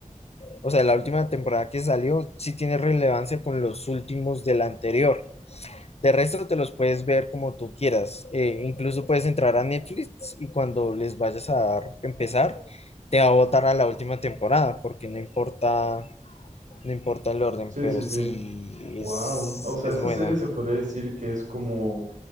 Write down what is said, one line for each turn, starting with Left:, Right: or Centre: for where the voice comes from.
Left: o sea, la última temporada que salió, sí tiene relevancia con los últimos de la anterior. De resto te los puedes ver como tú quieras. Eh, incluso puedes entrar a Netflix y cuando les vayas a dar, empezar, te va a botar a la última temporada, porque no importa, no importa el orden,
Right: sí,
Left: pero
Right: sí, sí.
Left: sí
Right: Wow.
Left: es,
Right: O sea,
Left: es
Right: esa
Left: buena.
Right: serie se podría decir que es como,